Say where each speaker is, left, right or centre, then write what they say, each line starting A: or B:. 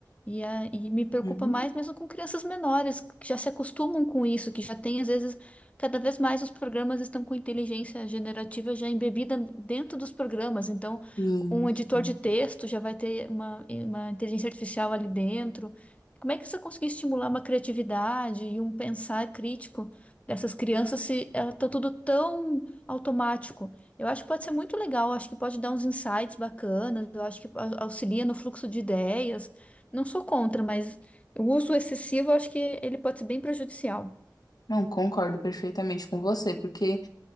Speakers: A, on the left; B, on the left.
A: E, a- e me preocupa
B: uhum.
A: mais mesmo com crianças menores, que já se acostumam com isso, que já tem, às vezes, cada vez mais os programas estão com inteligência generativa já embebida dentro dos programas. Então,
B: Isso.
A: um editor de texto já vai ter uma, uma inteligência artificial ali dentro. Como é que você conseguir estimular uma criatividade e um pensar crítico dessas crianças se está tudo tão automático? Eu acho que pode ser muito legal, acho que pode dar uns insights bacanas, eu acho que au- auxilia no fluxo de ideias. Não sou contra, mas o uso excessivo, eu acho que ele pode ser bem prejudicial.
B: Não, concordo perfeitamente com você, porque